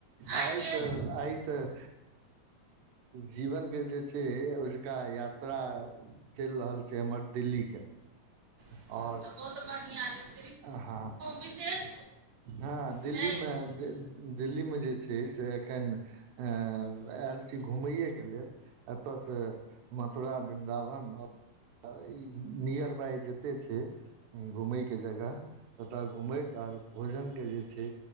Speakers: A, on the right (about 85°); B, on the right (about 45°).
A: आइ
B: आइके
A: त आइ तऽ जीवनके जे छै, अजुका यात्रा चलि रहल छै, हमर दिल्लीके
B: तहन
A: आओर
B: तऽ बहुत बढ़िआँ जीत
A: आहाँ।
B: विशेष
A: हँ दिल्लीमे
B: छै
A: दिल्लीमे जे छै, से एखन अ आयल छी घूमै एकेलेल। एतय से मथुरा वृन्दावन और ई नियर बाइ जेते छै। घूमय के जगह ततय घूमैत त भोजनके जे छै।